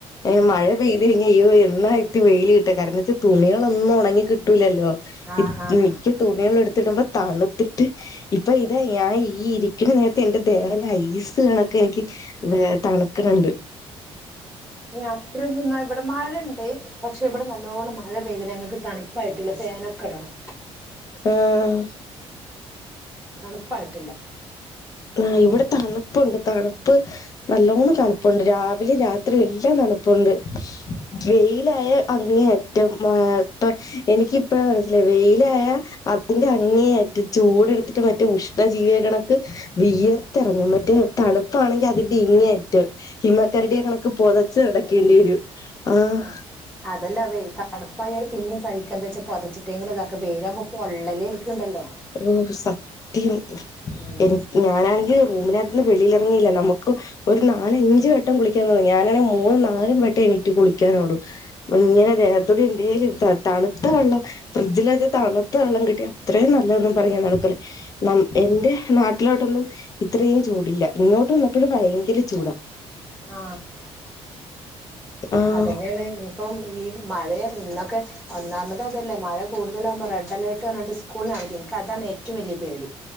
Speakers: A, on the left; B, in the centre.
A: ഏ മഴ പെയ്ത് നന്നായിട്ട വെയില കിട്ട കാരണം എ വച്ചാ തുണികളൊന്നും ഉങ്ങിട്ടൂല്ലോ
B: ആഹ് ആഹ്
A: മിക്ക
B: ആഹ്
A: തുണികള എടു ത്തിടുമ്പോ തണുത്തിട്ട് ഇപ്പൊ ഇതാ ഞാൻ ഈ ഇരിക്കുന്ന നേരത്തെ എന്റെ ദേവല ഐസ് കണക്ക എനിക്ക് തണക്കണണ്ട്
B: അത്ര നിന്നാ ഇവിടെ മഴ ഉണ്ട് പക്ഷെ ഇവിടെ നല്ലോണ്ണം മഴ പെയ്ത ങ്ങൾക്ക് തണുപ്പായിട്ടില്ല ഫനക്കെടണം
A: ആഹ
B: തണുപ്പായിട്ടില്ല
A: ആ ഇവിടെ തണുപ്പുണ്ട് തണുപ്പ് നല്ലോണം തണുപ്പുണ്ട് രാവിലെയും രാത്രിയും എല്ലാം തണുപ്പ ണ്ട് വെയിലായ അങ്ങനെ ഏറ്റപ്പ എനിക്ക് ഇപ്പഴ ല്ലെ വെയിലായ അതിന്റെ അങ്ങയായിട്ട് ചൂട്ടുത്തിട്ട് മറ്റ ഉഷ്ണ ജീവിക കണക്ക് വിയർത്തിറങ്ങും മറ്റേ തണുപ്പാണെങ്കിൽ അതിന്റെ ഇങ്ങയറ്റ്് ഹിമക്കരടിയ കണക്ക് പൊതച്ച നടക്കേണ്ടി വരും ആഹ്
B: ആ അതല്ല വേ തണുപ്പായാല് പിന്നെയും സഹിക്ക എന്താ വെച്ചാ പൊതച്ചിട്ടെങ്കും ഇതൊക്കെ വേരാൻ പൊള്ളലേൽക്കണ്ടല്ലോ
A: ഓഹ് സത്യം
B: ഉം
A: എനി ഞാനാണെങ്കിൽ അതിനകത്ത്ുന്ന് വെളിയിലിറങ്ങിയില്ല നമുക്ക് ഒരു നാലഞ്ചച് വട്ടം കുളിക്കാ ഞാനാണെങ്ക മൂന്നന്ന് നാലും വട്ടം എനി കുളിക്കാനോട ഇങ്ങനെ അദേഹത്തോട് എന്ത ചെയ തണുത്ത വെള്ളം ഫ്രിഡ്ജിൽ വെച്ച് തണുത്ത വെള്ളം കിട്ടിയ അത്രയും പറ നടക്കല്ല എന്റെ നാട്ടിലോട്ടൊന്നും ഇത്രയും ചൂടില്ല ഇങ്ങോട്ട് വന്ന ഭയങ്കര ചൂടാണ്
B: ആ
A: ആഹ്
B: അതന്നെയാണ് ഇപ്പം ഈ മഴയ ഇന്നൊക്കെ ഒന്നാമത് അതല്ലേ മഴ കൂതലാകുമ്പോ റെഡ് അലർട്ട് പറഞ്ഞിട്ട് സ്ൂള നട മത്തി എനിക്ക് അതാണ് ഏറ്റവും വലിയ പേടി